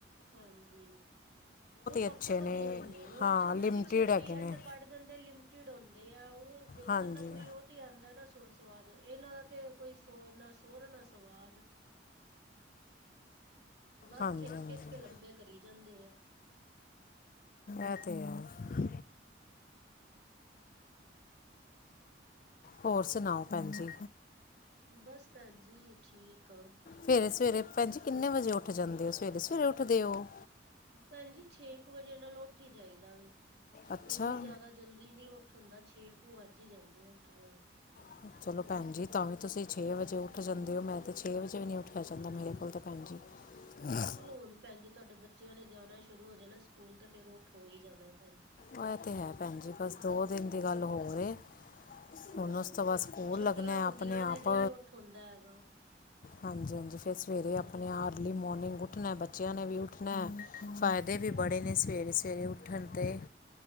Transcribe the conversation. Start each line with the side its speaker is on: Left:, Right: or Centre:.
Right: ਹਾਂਜੀ ਉਹ ਸਭ
Left: ਅੱਛੇ
Right: ਤੋਂ ਵਧੀਆ ਹੀ ਨੇ ਉਹ
Left: ਹਾਂ
Right: ਮਤਲਬ
Left: ਲਿਮਟਿਡ
Right: ਕਿ ਛੇਤੀ
Left: ਹੈਗੇ ਨੇ
Right: ਐਂਡ ਕੱਢ ਲਿਮਟਿਡ ਹੁੰਦੇ ਆ ਉਹ ਵੇਖਣ
Left: ਹਾਂਜੀ
Right: ਦਾ ਕੋਈ ਉਹ ਤੇ ਆਉਂਦਾ ਨਾ ਸੁਰ ਸੁਵਾਦ ਇਹਨਾਂ ਦਾ ਤੇ ਕੋਈ ਸੋ ਨਾ ਸੋ ਸੁਰ ਨਾ ਸਵਾਦ। ਬਸ
Left: ਹਾਂਜੀ
Right: ਖਿੱਚ
Left: ਹਾਂਜੀ
Right: ਖਿੱਚ ਕੇ ਲੰਬੇ ਕਰੀ ਜਾਂਦੇ ਆ।
Left: ਇਹ ਤੇ ਹੈ।
Right: ਅੱਛ
Left: ਹੋਰ ਸੁਣਾਓ ਭੈਣ ਜੀ।
Right: ਬਸ ਭੈਣ ਜੀ ਠੀਕ ਆ।
Left: ਸਵੇਰੇ ਸਵੇਰੇ ਭੈਣ ਜੀ ਕਿੰਨੇ ਵਜੇ ਉੱਠ ਜਾਂਦੇ ਹੋ ਸਵੇਰੇ ਸਵੇਰੇ ਉੱਠਦੇ ਉਹ।
Right: ਭੈਣ ਜੀ ਛੇ ਕੁ ਵਜੇ ਨਾਲ ਉੱਠੀ ਜਾਈਦਾ ਵੇ
Left: ਅੱਛਾ
Right: ਇੰਨੀ ਜਿਆਦਾ ਜਲਦੀ ਨੀ ਉਠ ਉਠ ਹੋਂਦਾ ਛੇ ਕੁੂ ਅੱਜ ਹੀ ਜਾਂਦੇ ਆ ਉੱਠਦਿਆਂ।
Left: <inaudible> ਚਲੋ ਭੈਣ ਜੀ ਤਾਂ ਵੀ ਤੁਸੀਂ ਛੇ ਵਜੇ ਉੱਠ ਜਾਂਦੇ ਹੋ ਮੈਂ ਤਾਂ ਛੇ ਵਜੇ ਵੀ ਨਹੀਂ ਉੱਠਿਆ ਜਾਂਦਾ ਮੇਰੇ ਕੋਲ ਤਾਂ ਭੈਣ ਜੀ। <inaudible>
Right: ਚਲੋ ਹੁਣ ਭੈਣ ਜੀ ਤੁਹਾਡੇ ਬੱਚਿਆਂ ਨੇ ਜਾਣਾ ਸ਼ੁਰੂ ਹੋ ਜਾਣਾ ਸਕੂਲ ਤੇ ਫੇਰ ਉਹ ਉਠੋ ਹੀ ਜਾਣਾ ਭੈਣ ਜੀ।
Left: ਇਹ ਤੇ ਹੈ ਭੈਣ ਜੀ ਬਸ ਦੋ ਦਿਨ ਦੀ ਗੱਲ ਹੋਰ ਏ।
Right: ਹਾਂ
Left: ਹੁਣ ਉਸ ਤੋਂ ਬਾਅਦ ਸਕੂਲ
Right: ਛੁੱਟੀਆਂ
Left: ਲੱਗਣੇ ਆਪਣੇ
Right: ਹੁੰਦੀਆਂ
Left: ਆਪ
Right: ਨੇ ਨਹੀਂ ਉੱਠ ਹੁੰਦਾ ਹੈਗਾ।
Left: ਹਾਂਜੀ ਹਾਂਜੀ ਫਿਰ ਸਵੇਰੇ ਆਪਣੇ ਅਰਲੀ ਮੋਨਿੰਗ ਉੱਠਣਾ ਬੱਚਿਆਂ ਨੇ ਵੀ ਉਠਣਾ ਫ ਦੇ ਵੀ
Right: ਹਾਂਜੀ।
Left: ਬੜੇ ਨੇ ਸਵੇਰੇ ਸਵੇਰੇ ਉੱਠਣ ਤੇ।